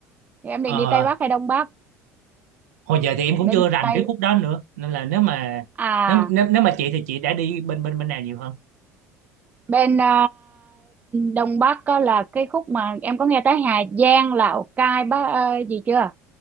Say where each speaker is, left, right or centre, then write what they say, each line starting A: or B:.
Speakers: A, on the right; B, on the right.
A: thì em
B: Ờ,
A: định đi Tây Bắc hay Đông Bắc
B: hồi giờ thì em cũng
A: bên
B: chưa rành
A: Tây
B: cái khúc đó nữa nên là nếu mà
A: à
B: nếu nếu, nếu mà chị thì chị đã đi bên bên bên nào nhiều hơn
A: bên à, Đông Bắc có là cái khúc mà em có nghe tới Hà Giang Lào Cai bác ờ, gì chưa